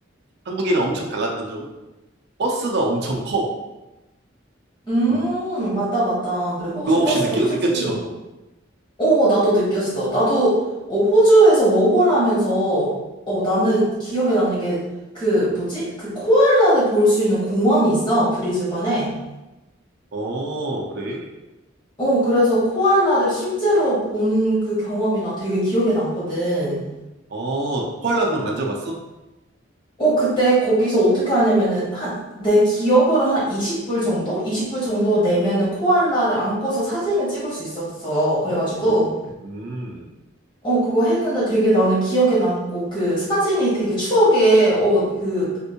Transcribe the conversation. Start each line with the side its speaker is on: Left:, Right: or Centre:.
Right: 한국이랑 엄청 달랐던 점은 버스가 엄청 커.
Left: 음,
Right: 음.
Left: 맞다, 맞다. 그래, 호주
Right: 그거 혹시
Left: 버스가
Right: 느껴,
Left: 크지.
Right: 느꼈지, 너도?
Left: 어, 나도 느꼈어. 나도, 어, 호주에서 워홀 하면서, 어, 나는 기억에 남는 게, 그, 뭐지? 그 코알라를 볼 수 있는 공원이 있어, 브리즈번에.
Right: 어, 그래.
Left: 어, 그래서 코알라를 실제로 보는 그 경험이 난 되게 기억에 남거든.
Right: 어, 코알라 그럼 만져봤어?
Left: 어, 그때 거기서 어떻게 하냐면은, 한, 내 기억으로 한 20불 정도? 20불 정도 내면은 코알라를 안고서 사진을 찍을 수 있었어. 그래가지고.
Right: 어, 음.
Left: 어, 그거 했는데 되게 나는 기억에 남고, 그 사진이 되게 추억에, 어, 그,